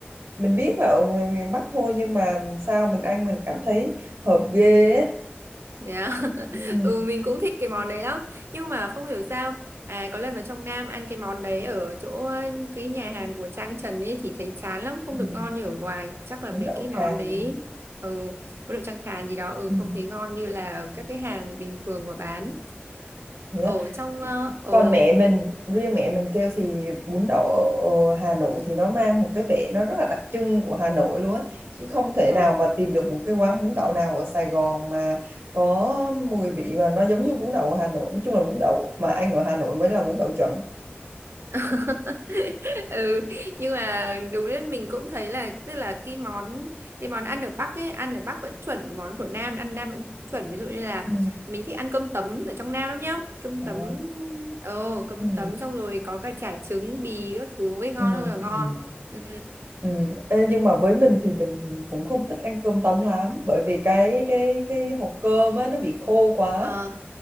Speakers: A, on the right; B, on the right.
A: mình biết là ở miền miền Bắc thôi nhưng mà sao mình ăn mình cảm thấy hợp ghê á
B: yeah. <laughs>
A: ừ,
B: ừ mình cũng thích cái món đấy lắm nhưng mà không hiểu sao à có lần vào trong Nam ăn cái món đấy ở chỗ ờ, cái nhà hàng của Trang Trần ấy thì thấy chán lắm không
A: ừ,
B: được ngon như ở ngoài chắc là
A: bún
B: mấy
A: đậu
B: cái
A: khàn
B: món đấy ừ có độ Trang Khàn gì đó ừ
A: ừ.
B: không thấy ngon như là các cái hàng bình thường mà bán
A: thế
B: ổ
A: á.
B: trong ờ, ồ
A: còn mẹ mình riêng mẹ mình kêu thì bún đậu ở ở Hà Nội thì nó mang một cái vẻ nó rất là đặc trưng của Hà Nội luôn á chứ không thể
B: ồ
A: nào mà tìm được một cái quán bún đậu nào ở Sài Gòn mà có mùi vị mà nó giống như bún đậu ở Hà Nội nói chung là bún đậu mà ăn ở Hà Nội mới là bún đậu chuẩn
B: <laughs> ừ nhưng mà đúng đấy mình cũng thấy là tức là cái món cái món ăn ở Bắc ấy ăn ở Bắc vẫn chuẩn món của Nam ăn Nam vẫn chuẩn ví dụ như là
A: ừ.
B: mình thích ăn cơm tấm ở trong Nam lắm nhá cơm
A: à
B: tấm ồ cơm
A: ừ.
B: tấm xong rồi có cả chả trứng bì các thứ ấy ngon
A: Ừ.
B: hơn là ngon
A: Ừ.
B: ừ.
A: Ừ. Ê, nhưng mà với mình thì mình cũng không thích ăn cơm tấm lắm bởi vì cái cái cái hộp cơm á nó bị khô quá
B: ờ